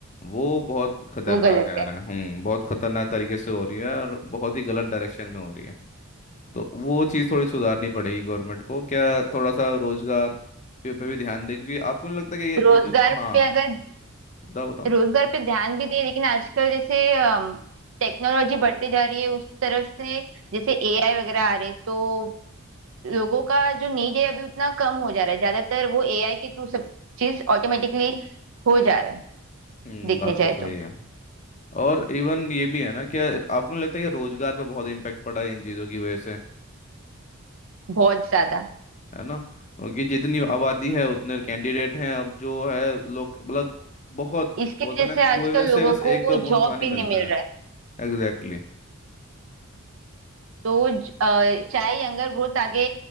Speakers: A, on the left; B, on the right.
A: वो बहुत खतरनाक
B: वो गलत
A: जा
B: है
A: रहा है हम्म बहुत खतरनाक तरीके से हो रही है और बहुत ही गलत डायरेक्शन में हो रही है तो वो चीज़ थोड़ी सुधारनी पड़ेगी गवर्नमेंट को क्या थोड़ा सा रोजगार पे पे भी ध्यान दे क्योंकि आपको नहीं लगता कि ये
B: रोजगार
A: ये जो हाँ
B: पे अगर
A: बताओ बताओ
B: रोजगार पे ध्यान भी दे लेकिन आजकल जैसे टेक्नोलॉजी बढ़ते जा रही है उस तरफ से जैसे एआई वगैरह आ रहे तो लोगों का जो नीड है अभी उतना कम हो जा रहा है ज्यादातर वो एआई के थ्रू सब चीज ऑटोमेटिकली हो जा रहा है
A: हम्म
B: देखने
A: बात
B: जाए
A: तो सही
B: तो
A: है और इवन ये भी है ना क्या आपको नहीं लगता है कि रोजगार पे बहुत इम्पेक्ट पड़ा है इन चीज़ों की वजह से
B: बहुत ज्यादा
A: है ना क्योंकि जितनी आबादी है उतने कैंडिडेट हैं अब जो है लोग मतलब बहुत
B: इसकी
A: बोलता
B: वजह
A: ना
B: से आजकल
A: कुएं में से
B: लोगों
A: बस एक
B: को
A: दो बूंद
B: जॉब
A: पानी
B: भी
A: मिलता
B: नहीं मिल
A: है
B: रहा है
A: Exactly
B: तो ज- अ, चाहे यंगर ग्रोथ आगे